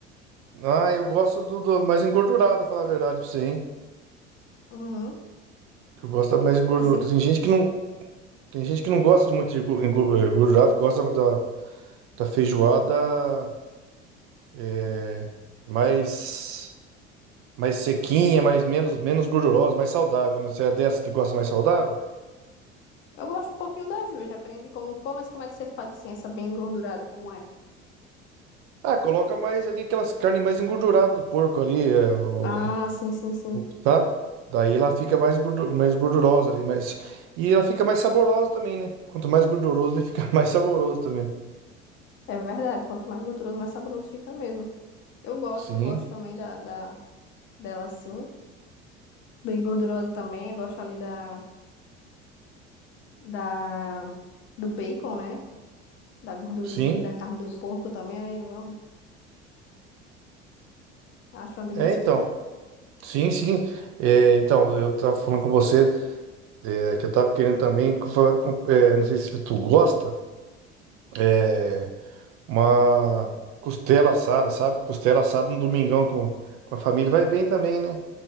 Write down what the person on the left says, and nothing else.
Uhum.
Aí você,
eu gosto um pouquinho das duas, depende de como for, mas como é que você faz assim, essa bem engordurada, como é?
Ah, sim, sim, sim.
É verdade. Quanto mais gorduroso, mais saboroso fica mesmo. Eu gosto,
eu gosto também da, da dela assim. Bem gordurosa também. Eu gosto ali da, da, do bacon, né? Da gordurinha
ali da carne do porco também. Aí eu amo. Acho uma delícia.